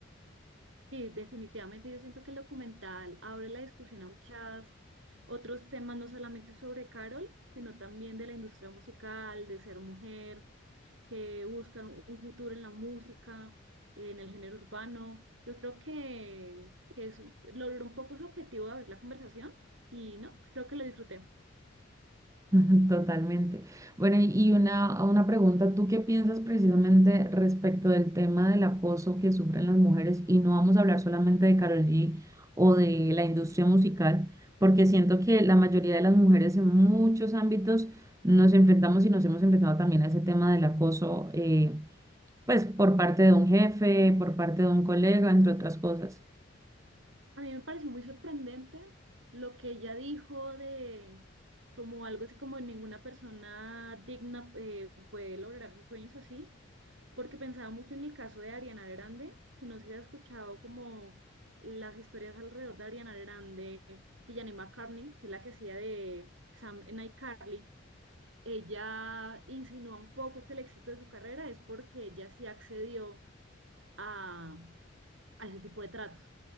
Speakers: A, on the right; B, on the right.
A: Sí, definitivamente yo siento que el documental abre la discusión a muchas otros temas, no solamente sobre Carol, sino también de la industria musical, de ser mujer, que buscan un un futuro en la música, en el género urbano. Yo creo que, que es, logró un poco su objetivo de abrir la conversación y no, creo que lo disfruté.
B: <laughs> Totalmente. Bueno, y y una, una pregunta, ¿tú qué piensas precisamente respecto del tema del acoso que sufren las mujeres? Y no vamos a hablar solamente de Karol G o de la industria musical, porque siento que la mayoría de las mujeres en muchos ámbitos nos enfrentamos y nos hemos enfrentado también a ese tema del acoso, eh, pues por parte de un jefe, por parte de un colega, entre otras cosas.
A: A mí me pareció muy sorprendente lo que ella dijo de como algo así como ninguna persona digna eh, puede lograr sus sueños así. porque pensaba mucho en el caso de Ariana Grande, que no sé si has escuchado como las historias alrededor de Ariana Grande, que Janelle McCartney, que es la que hacía de Sam en iCarly, ella insinúa un poco que el éxito de su carrera es porque ella sí accedió a, a ese tipo de tratos